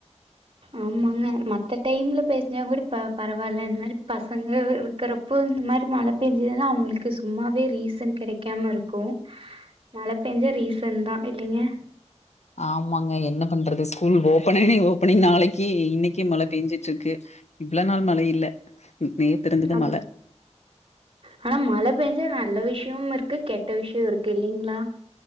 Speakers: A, on the right; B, on the left.
A: ஆமாங்க மத்த டைம்ல பேஸ்னா கூட ப பரவால்ல இந்த மாரி பசங்க இருக்குறப்போ இந்த மாரி மழ பெஞ்சுதுனா அவுங்களுக்கு சும்மாவே ரீசன் கெடைக்காம இருக்கூ மழ பெஞ்சா ரீசன்தா இல்லைங்க
B: ஆமாங்க என்ன பண்றது ஸ்கூல் ஓப்பனாயி ஓப்பனிங் நாளக்கி இன்னைக்கே மழ பேஞ்சிட்ருக்கு இவ்ள நாள் மழை இல்ல நேத்து இருந்தது
A: அப்
B: மழ
A: ஆனா மழ பெஞ்சா நல்ல விஷ் யம் இருக்கு கெட்ட விஷயோ இருக்கு இல்லைங்ளா